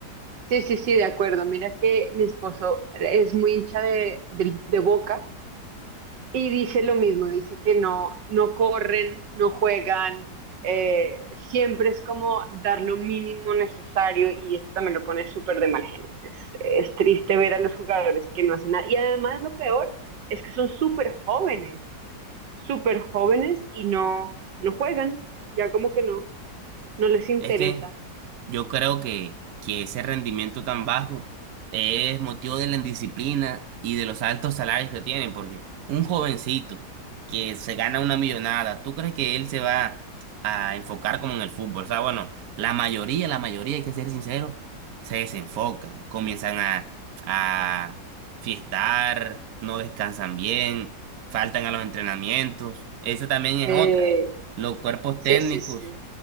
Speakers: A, on the right (about 75°); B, on the right (about 60°).
A: sí, sí, sí, de acuerdo. Mira que mi esposo es muy hincha de, del- de Boca Y dice lo mismo, dice que no, no corren, no juegan, eh, siempre es como dar lo mínimo necesario y eso también lo pone súper de mal genio. Es, es triste ver a los jugadores que no hacen nada. Y además lo peor es que son súper jóvenes, súper jóvenes y no, no juegan, ya como que no, no les interesa.
B: Es que yo creo que, que ese rendimiento tan bajo es motivo de la indisciplina y de los altos salarios que tienen, porque un jovencito que se gana una millonada, ¿tú crees que él se va a enfocar como en el fútbol? O sea, bueno, la mayoría, la mayoría, hay que ser sincero, se desenfocan, comienzan a, a fiestar, no descansan bien, faltan a los entrenamientos. Esa también es
A: Eh,
B: otra los cuerpos
A: Sí,
B: técnicos
A: sí, sí.